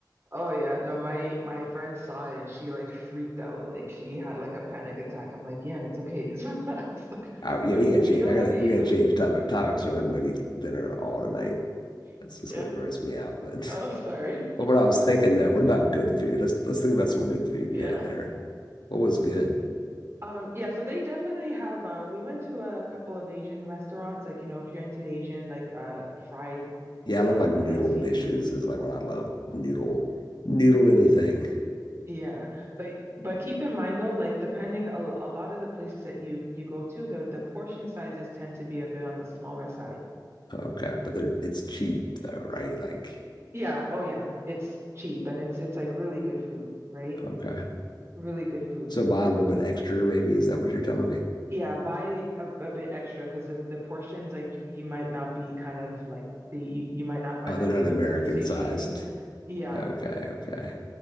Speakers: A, on the right (about 35°); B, on the left (about 70°).
A: Oh yeah. No, my my friend saw it and she like freaked out. Like she had like a panic attack. I'm like, yeah, and it's okay. Just relax. <laughs> Like
B: I,
A: we
B: yeah, we gotta
A: we
B: change.
A: don't
B: I
A: have
B: gotta
A: to eat
B: we gotta
A: them.
B: change topic topics. We're not gonna eat dinner at all tonight.
A: <laughs>
B: That's just
A: Yeah.
B: gonna gross me out. But <laughs>
A: Oh, sorry.
B: but what I was thinking though, what about good food? Let's let's think about some good food
A: Yeah.
B: you had there. What was good?
A: Um, yeah, so they definitely have uh we went to a couple of Asian restaurants, like you know, if you're into Asian like uh fried
B: Yeah,
A: stuff
B: I love like noodle
A: and like seafood.
B: dishes is like what I love. Noodle, noodle anything.
A: Yeah. But but keep in mind though, like depending a, a lot of the places that you you go to, the the portion sizes tend to be a bit on the smaller side.
B: Okay, but they're it's cheap though, right? Like,
A: Yeah, oh yeah. It's cheap and it's it's like really good food, right?
B: okay.
A: Really good food.
B: So buy a little bit extra, maybe. Is that what you're telling me?
A: Yeah, buy a, a bit extra because of the portions like you you might not be kind of like the you, you might not find
B: Oh, they're
A: that
B: not
A: they're
B: American
A: very satiating.
B: sized.
A: Yeah.
B: Okay, okay.